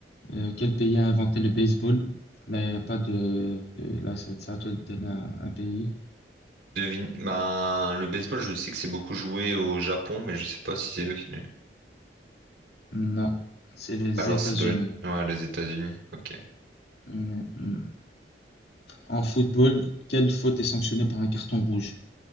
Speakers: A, on the left (about 70°); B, on the right (about 85°).
A: Euh, quel pays a inventé le baseball? Là, il n'y a pas de. Là, ça, c'est à toi de donner un, un pays.
B: Devine. Bah, le baseball, je sais que c'est beaucoup joué au Japon, mais je sais pas si c'est eux qui.
A: Non, c'est les
B: Alors
A: États-Unis.
B: ça doit être ouais, les États-Unis. Ok.
A: Mm, mm. En football, quelle faute est sanctionnée par un carton rouge?